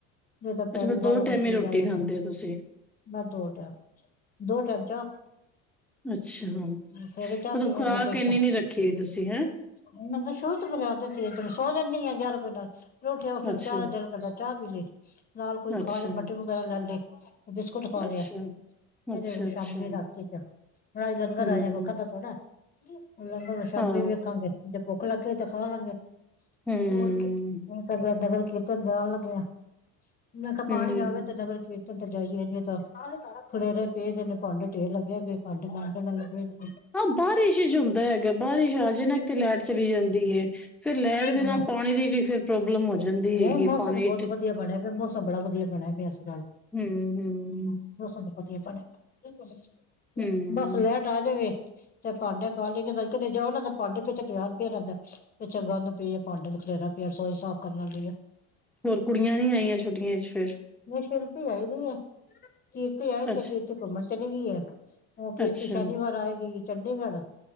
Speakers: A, on the left; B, in the centre.
A: ਜੇ ਤਾਂ ਪੈਰੀ
B: ਅੱਛਾ ਮਤਲਬ
A: ਬਾਹਰੋਂ ਕੋਈ
B: ਟਾਈਮ
A: ਚੀਜ਼
B: ਈ ਰੋਟੀ
A: ਲੈਏ
B: ਖਾਂਦੇ
A: ਤਾਂ,
B: ਹੋ ਤੁਸੀਂ।
A: ਮੈਂ ਦੋ ਟੈਮ, ਦੋ ਟੈਮ ਚਾਹ,
B: ਅੱਛਾ ਹਾਂ,
A: ਸਵੇਰੇ ਚਾਹ
B: ਮਤਲਬ
A: ਪੀਵਾਂਗੇ
B: ਖੁਰਾਕ
A: ਤੇ
B: ਇੰਨੀ
A: ਛਾ
B: ਨੀ ਰੱਖੀ ਹੋਈ ਤੁਸੀਂ ਹੈਂ?
A: ਉਹਨ ਬਸ ਸ਼ੂ ਤੇ ਮਰੀ ਆਦਤ ਏ ਸੋ ਜਾਂਦੀ ਆ ਯ ਕੋਈ ਨਾ। <unintelligible> ਚਾਹ
B: ਅੱਛਾ,
A: ਦਾ ਦਿਲ ਕਰਦਾ। ਚਾ ਪੀਲੀ। ਨਾਲ ਕੁਝ
B: ਅੱਛਾ,
A: ਖਾ ਲਿਆ ਮਟਰੀ ਵਗੈਰਾ ਲੈ ਲਏ, ਬਿਸਕੁਟ ਖਾ ਲਿਆ,
B: ਅੱਛਾ,
A: ਫੇਰ
B: ਅੱਛਾ, ਅੱਛਾ।
A: ਸ਼ਾਮੀ ਰਾਤੀ ਚ ਹੁਣ ਅੱਜ ਲੰਗਰ
B: ਹੂੰ,
A: ਆਇਆ ਉਹ ਖਾਦਾ ਥੋੜਾ। <unintelligible> ਸ਼ਾਮੀ
B: ਹਾਂ,
A: ਵੇਖਾਂਗੇ ਭੁੱਖ ਲੱਗੇ ਤੇ ਖਾ ਲਾਂਗੇ।
B: ਹੂੰ,
A: ਹੋਰ ਕੀ <unintelligible> <unintelligible> ਜਾਣ ਲੱਗਿਆ। ਮੈ ਕਿਹਾ ਪਾਣੀ
B: ਹੂੰ।
A: ਆਵੇ ਤੇ ਨਗਰ ਕਿਰ ਤਨ ਤੇ ਜਾਈਏ ਨਹੀ ਤਾਂ ਖਲੇਰੇ ਪਏ ਦੇ ਨੇ, ਭਾਂਡੇ ਢੇਰ ਲੱਗੇ ਪਏ, ਭਾਂਡੇ ਮਾਂਝਣ ਆਲੇ ਪਏ ਦੇ ਨੇ।
B: ਹਾਂ ਬਾਰਿਸ਼ ਚ ਹੁੰਦਾ ਹੈਗਾ। ਬਾਰੀਸ਼ ਆਜੇ ਨਾ। ਤੇ ਲੈਟ ਚਲੀ ਜਾਂਦੀ ਏ। ਫਿਰ ਲੈਟ ਦੇ
A: ਹਾਂ
B: ਨਾਲ ਪਾਣੀ ਦੀ ਵੀ ਫਿਰ ਪ੍ਰੋਬਲਮ ਹੋ ਜਾਂਦੀ
A: ਨਹੀਂ
B: ਹੈਗੀ
A: ਮੌਸਮ
B: ਏ ਪਾਣੀ
A: ਤਾਂ ਬਹੁਤ ਵਧੀਆ ਬਣਿਆ ਮੌਸਮ ਬੜਾ ਵਧੀਆ ਬਣਿਆ ਪਿਆ ਸੀ।
B: ਹੂੰ, ਹੂੰ,
A: <unintelligible>
B: ਹੂੰ।
A: ਬਸ ਲੈਟ ਆ ਜਾਵੇ ਤੇ ਭਾਂਡੇ <unintelligible> ਕਿਤੇ ਜਾਓ ਨਾ ਤਾਂ ਭਾਂਡੇ ਤਿਆਰ ਪਏ ਰਹਿੰਦਾ ਪਿੱਛੇ ਗੰਦ ਪਿਆ ਦਾ ਭਾਂਡੇ ਦਾ ਖਿਲਰੇ ਪਏ ਆ ਰਸੋਈ ਸਾਫ ਕਰਨ ਆਲੀ
B: ਹੋਰ ਕੁੜੀਆਂ ਨੀ ਆਈਆਂ ਛੁੱਟੀਆਂ 'ਚ ਫਿਰ?
A: ਸ਼ਿਲਪੀ ਆਏ ਪਈ ਐ ਕੀਰਤੀ ਆਏ ਸੀ
B: ਅੱਛਾ,
A: ਕੀਰਤੀ ਘੁੰਮਣ ਚਲੀ ਗਈ ਹੈ ਉਹ ਕੀਰਤੀ
B: ਅੱਛਾ।
A: ਸ਼ਨੀਵਾਰ ਆਏਗੀ ਚੰਡੀਗੜ੍ਹ